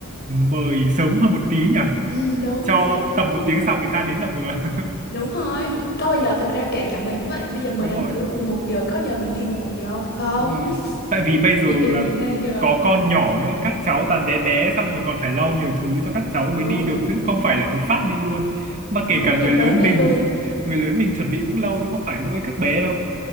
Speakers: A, on the right; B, on the left.
A: mời sớm hơn một tí nhỉ
B: ừ, đúng
A: cho
B: chính xác
A: tầm
B: Cái
A: một
B: gì-
A: tiếng sau người ta đến là vừa
B: ừ, đúng rồi có bao giờ thực ra kể cả mình cũng vậy bây giờ mời
A: <laughs> đúng
B: đám
A: rồi
B: cưới mà 11 giờ có bao giờ mình đi mười một giờ không không
A: đúng rồi tại vì bây giờ
B: nhiều khi
A: là
B: mười hai giờ
A: có con nhỏ nữa các cháu toàn bé bé xong rồi còn phải lo nhiều thứ cho các cháu mới
B: đúng
A: đi được chứ không phải là một phát đi luôn mà kể
B: đúng
A: cả người
B: quên
A: lớn
B: tới quên
A: mình
B: lui
A: người lớn mình chuẩn bị cũng lâu chứ không phải mỗi các bé đâu